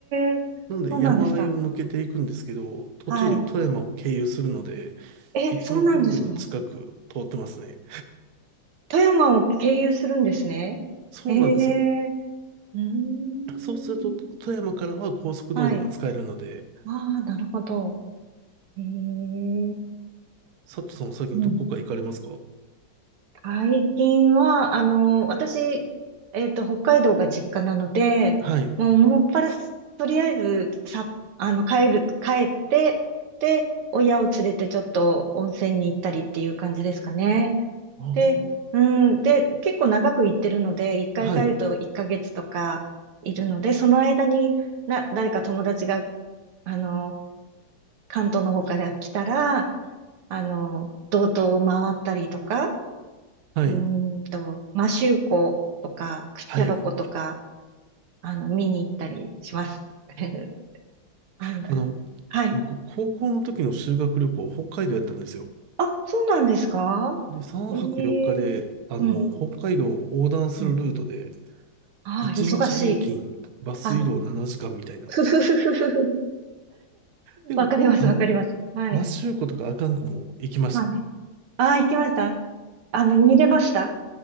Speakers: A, on the right; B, on the right.
A: えそうなんですか。
B: なんで山あいを抜けていくんですけど、途中で富山を経由するので、
A: はい。え、
B: いつも黒部の近く通ってますね。
A: そうなんですか。富山を経由するんですね。
B: そうなんですよ。
A: ええうーん。
B: そうすると、富山からは高速道路が使えるので、
A: はい。ああ、なるほど。ええ
B: 佐藤さんも先にどこか行かれますか
A: うん。最近は、あの、私、えっと、北海道が実家なので、
B: はい。
A: もう、もっぱらす、とりあえず、さ、あの、帰る、帰って、で、親を連れてちょっと温泉に行ったりっていう感じですかね。
B: あー
A: で、うん、で、結構長く行ってるので、一回帰ると1ヶ月とかいるので、
B: はい。
A: その間に、な、誰か友達が、あの、関東の方から来たら、あの、道東を回ったりとか、
B: はい。
A: うーんと、マシュ周コとか、クシャロコとか、
B: はい。
A: あの、見に行ったりします。<laughs> あの、
B: あの、
A: はい。
B: 僕、高校の時の修学旅行、北海道やったんですよ。
A: あ、そうなんですか
B: で、3泊4日で、
A: ええ
B: あの、
A: うん、
B: 北海道を横断するルートで、
A: うん。ああ、
B: 1日平均、
A: 忙しい。
B: バス移動7時間みたいな。
A: はい。<laughs> ふふふふふふ。
B: でも、
A: わかります、
B: あの、
A: わかります。はい。
B: 摩周湖とか阿寒湖も行きました。
A: はい。ああ、行きました。あの、見れました